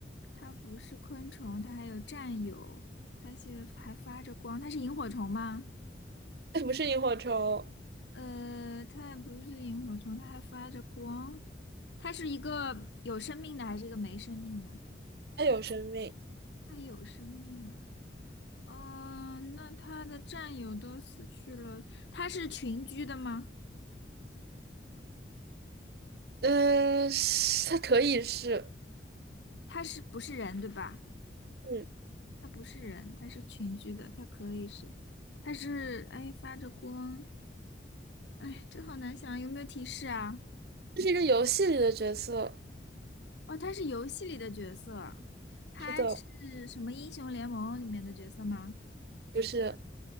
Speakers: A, on the left; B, on the right.
A: 她不是昆虫，她还有战友，她先还发着光。她是萤火虫吗？
B: 他不是萤火虫，
A: 呃，她也不是萤火虫，她还发着光。它是一个有生命的还是一个没生命的？
B: 他有生命，
A: 它有生命啊。嗯，那他的战友都死去了，他是群居的吗？
B: 嗯，是他可以是，
A: 他是不是人，对吧？
B: 嗯，
A: 他不是人，他是群居的，他可以是，他是，哎，发着光，哎，这好难想啊，有没有提示啊？
B: 这是一个游戏里的角色，
A: 哦，他是游戏里的角色，他是什么英雄联盟里面的角色吗？
B: 是的，不是，